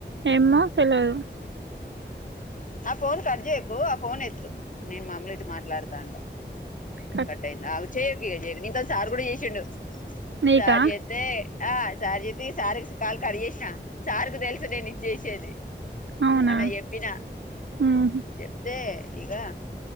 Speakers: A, on the right; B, on the left.
A: ఏమ్మో తెల్వదు
B: నా ఫోన్ కట్ జేయకు ఆ ఫోన్ ఎత్తు నేను మములు ఇటు మాట్లాడుతా అంట
A: బ
B: కట్టయింద్ ఆగు చేయకకిగ చేయక్ నితో సార్ కూడా చేసిండు
A: నీకా
B: సార్ జే దే ఆ సార్ జేత్తే ఇగ సారేస్ కాల్ కట్ జేష్నా సార్కు తెలుసు నేనిద్ జేసేది
A: అవునా
B: మొన్న చెప్ ప్పిన
A: ఉహు
B: చెప్తే ఇగా